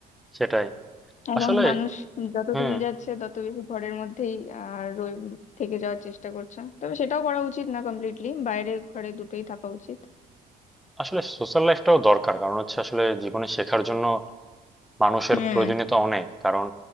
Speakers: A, in the centre; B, on the left (about 45°).
A: সেটাই
B: এখন
A: আসলে
B: মানুষ যত
A: হুম
B: দিন যাচ্ছে তত বেশি ঘরের মধ্যেই আর থেকে যাওয়ার চেষ্টা করছে তবে সেটাও করা উচিত না কমপ্লিটলি বাইরে ঘরে দুটোই থাকা উচিত
A: আসলে সোশ্যাল লাইফটাও দরকার কারণ হচ্ছে আসলে জীবনে শেখার জন্য মানুষের
B: হুম
A: প্রয়োজনীয়তা অনেক কারণ